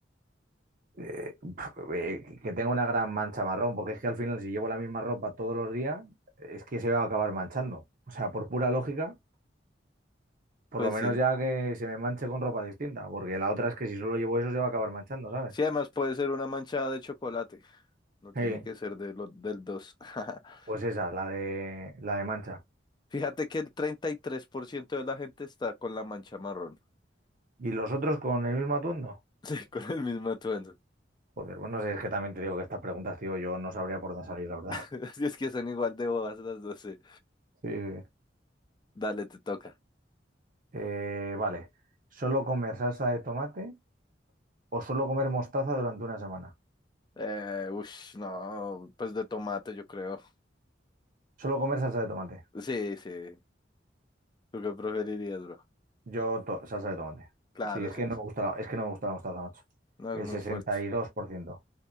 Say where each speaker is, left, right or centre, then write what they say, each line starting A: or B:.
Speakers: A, on the right; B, on the left.
A: eh, pf, eh, que tenga una gran mancha marrón, porque es que al final, si llevo la misma ropa todos los días, es que se va a acabar manchando. O sea, por pura lógica, por
B: Pues
A: lo menos
B: sí.
A: ya que se me manche con ropa distinta, porque la otra es que si solo llevo eso, se va a acabar manchando, ¿sabes?
B: Sí, además puede ser una manchada de chocolate. No tiene
A: Sí,
B: que ser de lo- del 2. <laughs>
A: pues esa, la de, la de mancha.
B: Fíjate que el 33% de la gente está con la mancha marrón. <laughs>
A: ¿Y los otros con el mismo atuendo?
B: Sí, con el mismo atuendo.
A: Joder, bueno, es que también te digo que estas preguntas, tío, yo no sabría por dónde salir, la verdad.
B: <laughs>
A: <laughs>
B: Así es que son igual de bobas las dos. sí.
A: Sí. sí.
B: Dale, te toca.
A: Eh, vale. ¿Solo comer salsa de tomate o solo comer mostaza durante una semana?
B: Eh, ush, no, pues de tomate yo creo.
A: Solo comer salsa de tomate.
B: Sí, sí. ¿Tú qué preferirías, bro?
A: Yo to- salsa de tomate.
B: Claro,
A: Sí, es
B: sí.
A: que no
B: es-
A: me gusta la, es que no me gusta la mostaza, macho.
B: No
A: El
B: es muy
A: 62%.
B: fuerte.